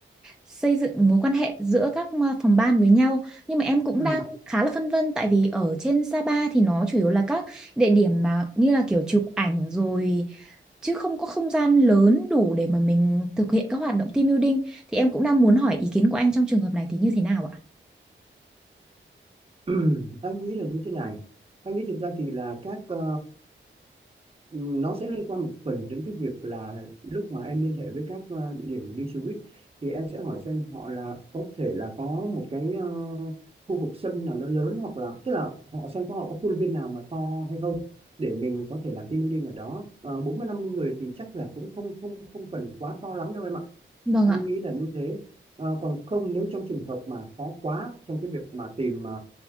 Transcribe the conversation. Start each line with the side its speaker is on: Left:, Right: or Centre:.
Centre: xây dựng mối quan hệ giữa các ờ, phòng ban với nhau nhưng mà em cũng
Right: ừ.
Centre: đang khá là phân vân tại vì ở trên Sapa thì nó chủ yếu là các địa điểm mà như là kiểu chụp ảnh rồi chứ không có không gian lớn đủ để mà mình thực hiện các hoạt động team building thì em cũng đang muốn hỏi ý kiến của anh trong trường hợp này thì như thế nào ạ?
Right: <clears throat> anh nghĩ là như thế này anh nghĩ thực ra thì là các ờ, nó sẽ liên quan một phần đến cái việc là lúc mà em liên hệ với các ờ, địa điểm lưu trú ấy, thì em sẽ hỏi xem họ là có thể là có một cái ờ, khu vực sân nào nó lớn hoặc là tức là họ xem có họ có khuôn viên nào mà to hay không để mình có thể làm team building ở đó Ờ, bốn mươi 50 người thì chắc là cũng không không không cần quá to lắm đâu em ạ
Centre: Vâng
Right: anh
Centre: ạ.
Right: nghĩ là như thế Ờ, còn không nếu trong trường hợp mà khó quá trong cái việc mà tìm ờ,